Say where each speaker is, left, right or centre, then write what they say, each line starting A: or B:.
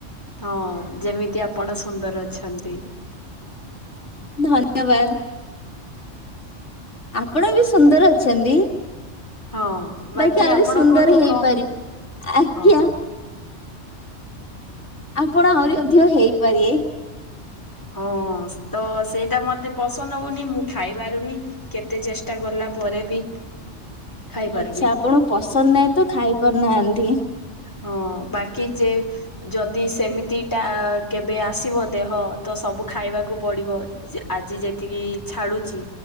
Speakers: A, on the left (about 15°); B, on the left (about 70°).
A: ହଁ ଯେମିତି ଆପଣ ସୁନ୍ଦର ଅଛନ୍ତି।
B: ଧନ୍ୟବାଦ। ଆପଣ ବି ସୁନ୍ଦର ଅଛନ୍ତି।
A: ହଁ
B: ବାକି ଆହୁରି
A: ଆପଣଙ୍କଠୁ
B: ସୁନ୍ଦର ହେଇପାରିବେ।
A: କମ୍
B: ଆଜ୍ଞା।
A: ହଁ
B: ଆପଣ ଆହୁରି ଅଧିକ ହେଇପାରିବେ।
A: ହଁ ତ ସେଇଟା ମତେ ପସନ୍ଦ ହଉନି। ମୁଁ ଖାଇ ପାରୁନି। କେତେ ଚେଷ୍ଟା କଲା ମରେ ବି ଖାଇପାରୁନି
B: ଆଚ୍ଛା! ଆପଣଙ୍କୁ ପସନ୍ଦ ନାହିଁ, ତ ଖାଇ ପାରୁନାହାଁନ୍ତି।
A: ହଁ ବାକି ଯେ ଯଦି ସେମିତି ଟା କେବେ ଆସିବ ଦେହ? ତ ସବୁ ଖାଇବାକୁ ପଡ଼ିବ। ଜି ଆ ଜିଏ ଯେତିକି ଛାଡୁଛି